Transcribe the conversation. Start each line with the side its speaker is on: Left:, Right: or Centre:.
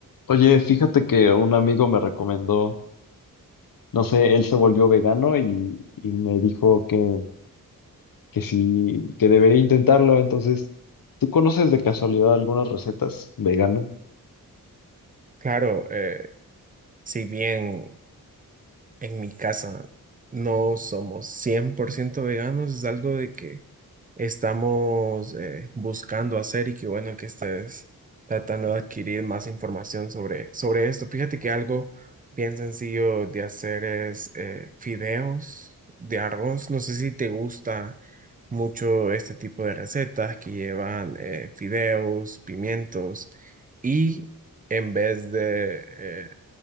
Left: Oye, fíjate que un amigo me recomendó, no sé, él se volvió vegano y, y me dijo que, que sí, que debería intentarlo. Entonces, ¿tú conoces de casualidad algunas recetas vegano?
Right: Claro, eh, si bien en mi casa no somos 100% veganos, es algo de que estamos eh, buscando hacer y que bueno que estés tratando de adquirir más información sobre, sobre esto. Fíjate que algo bien sencillo de hacer es eh, fideos de arroz. No sé si te gusta mucho este tipo de recetas que llevan eh, fideos, pimientos y en vez de eh,